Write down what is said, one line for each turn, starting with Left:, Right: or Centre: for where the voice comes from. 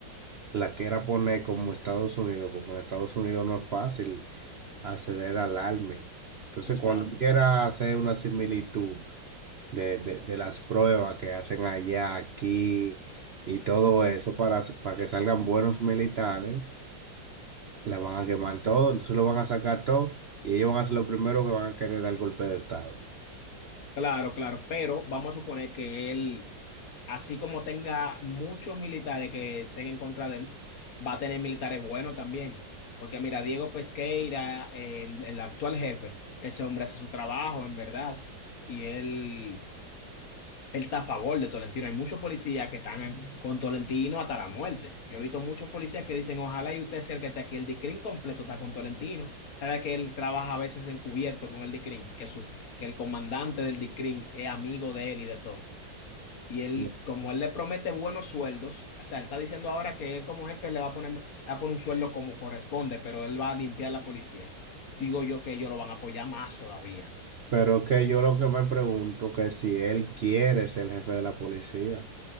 Right: la quiera poner como Estados Unidos, porque en Estados Unidos no es fácil acceder al ALME. Entonces,
Left: Exacto.
Right: cuando uno quiera hacer una similitud de, de, de las pruebas que hacen allá, aquí y todo eso para, hacer- para que salgan buenos militares, la van a quemar todo, entonces lo van a sacar todo y ellos van a ser los primeros que van a querer dar golpe de Estado.
Left: Claro, claro, pero vamos a suponer que él, así como tenga muchos militares que estén en contra de él, va a tener militares buenos también. Porque mira, Diego Pesqueira, el, el actual jefe, ese hombre hace su trabajo, en verdad, y él Él está a favor de Tolentino. Hay muchos policías que están con Tolentino hasta la muerte. Yo he visto muchos policías que dicen, ojalá y usted sea el que esté aquí. El DICRIM completo está con Tolentino. Sabe que él trabaja a veces encubierto con el DICRIM, que, su, que el comandante del DICRIM es amigo de él y de todo. Y él,
Right: Sí.
Left: como él le promete buenos sueldos, o sea, él está diciendo ahora que él como jefe le va a poner, le va a poner un sueldo como corresponde, pero él va a limpiar la policía. Digo yo que ellos lo van a apoyar más todavía.
Right: Pero que yo lo que me pregunto que si él quiere ser el jefe de la policía.